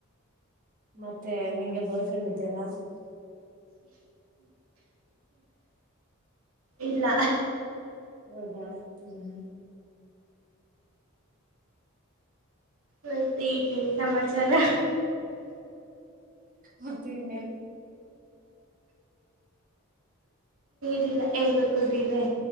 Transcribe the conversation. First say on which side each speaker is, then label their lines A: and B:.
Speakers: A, on the right; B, on the right.
A: ಮತ್ತೆ ನಿಂಗೆ ಬರ್ಫ್ರಂಡ್ ಇದರ
B: ಇಲ್ಲ
A: ಹೌದಾ ಹ್ಮ್
B: ಹತ ಇಡ್ಲಿನ್ ಸಮಾಚಾರ
A: ಮತ್ತೆ ಇನ್ನೇನು
B: ರಿಲ್ಲ ಹೇಳ್ಬೇಕು ದಿವೇ